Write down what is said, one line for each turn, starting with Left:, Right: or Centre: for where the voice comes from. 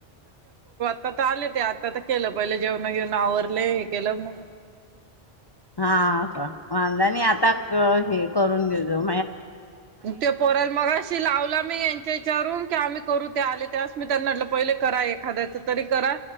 Right: आ आले ते आता तर केलं पहिले जेवण घेऊन आवरले हे केलं मग
Left: हा का वांजणी आता हे करून घेतो
Right: ते पोरल मगाशी लावला मी विचारून की आम्ही करू ते आले तेवस मी त्यांनाटलं पहिले करा एखाद्याच तरी करा